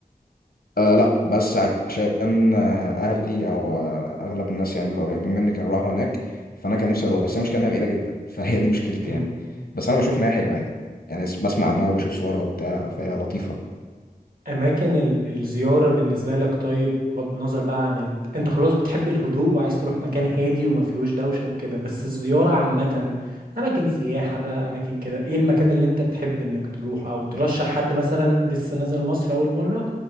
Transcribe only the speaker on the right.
امم
اماكن ال... الزياره بالنسبه لك طيب بغض النظر بقى عن انت انت خلاص بتحب الهدوء وعايز تروح مكان هادي وما فيهوش دوشه وكده بس الزياره عامه اماكن سياحه بقى اماكن كده ايه المكان اللي انت تحب انك تروح او ترشح حد مثلا لسه نازل مصر اول مره